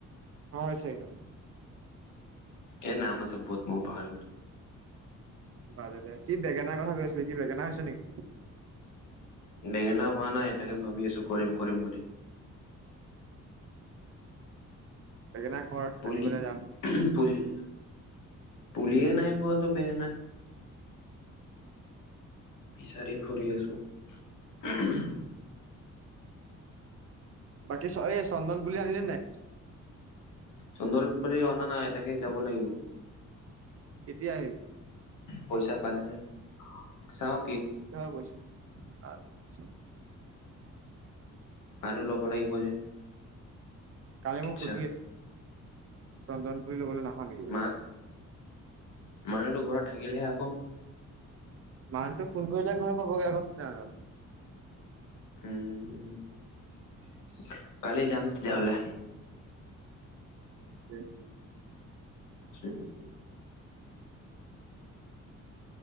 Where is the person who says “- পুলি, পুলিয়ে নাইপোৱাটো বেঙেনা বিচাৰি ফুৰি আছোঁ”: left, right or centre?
Left